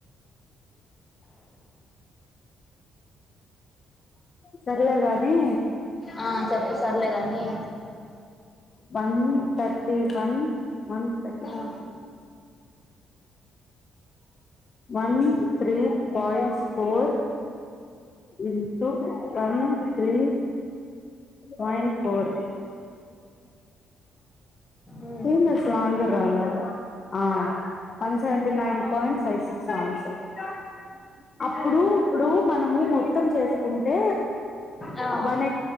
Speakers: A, on the left; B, on the left.
A: సరే గాని
B: ఆ చెప్పు సర్లేగాని
A: వన్ థర్టీ వన్ వన్ thirties
B: ఆ,
A: one three point four into one three point four
B: um, um, um,
A: ఏం నాకు స్లాంగే రాలే ఆ one seventy nine point five, six <unintelligible> అప్పుడు ఇప్పుడు మనము మొత్తం చేసుకుంటే
B: ఆ,
A: వన్